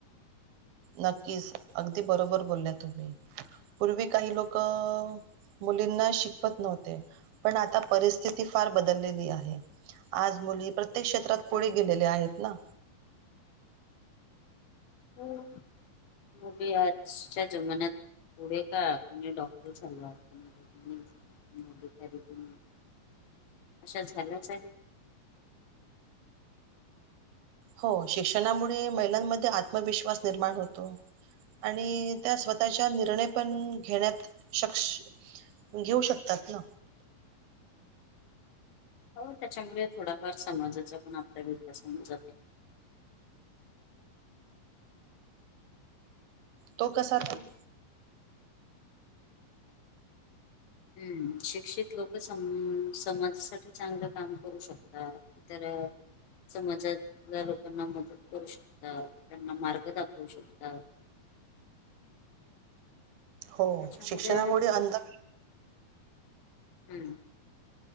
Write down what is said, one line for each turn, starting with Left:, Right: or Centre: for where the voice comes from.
Right: नक्कीच अगदी बरोबर बोलल्या तुम्ही पूर्वी काही लोक अअअ मुलींना शिकवत नव्हते, पण आता परिस्थिती फार बदललेली आहे. आज मुली प्रत्येक क्षेत्रात पुढे गेलेले आहेत ना
Left: हम्, मबी आजच्या जमान्यात पुढे का कोणी डॉक्टर झालं आहे कोणी <unintelligible> अशा झाल्याच आहे.
Right: हो शिक्षणामुळे महिलांमध्ये आत्मविश्वास निर्माण होतो. आणि त्या स्वतःच्या निर्णय पण घेण्यात शक्ष घेऊ शकतात ना.
Left: हो त्याच्यामुळे थोडाफार समाजाचा पण आपला विकास होऊन जाते.
Right: तो कसा काय
Left: हम्म शिक्षित लोक सम समाजासाठी चांगलं काम करू शकतात. इ तर समाजातल्या लोकांना मदत करू शकतात, त्यांना मार्ग दाखवू शकतात.
Right: हो
Left: त्याच्यामध्ये
Right: शिक्षणामुळे अंध
Left: हम्मं